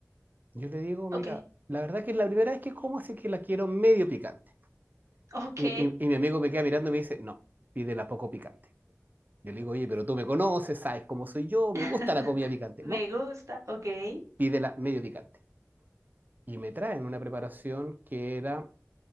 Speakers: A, on the right; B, on the right.
A: Yo le digo, mira,
B: Ok,
A: la verdad que es la primera vez que como, así que la quiero medio picante.
B: ok.
A: Y, y- y mi amigo me queda mirando y me dice, no, pídela poco picante. Yo le digo, oye, pero tú me conoces, sabes cómo soy yo, me
B: <laughs>
A: gusta la comida picante.
B: Me
A: No,
B: gusta, ¿ok?
A: pídela medio picante. Y me traen una preparación que era,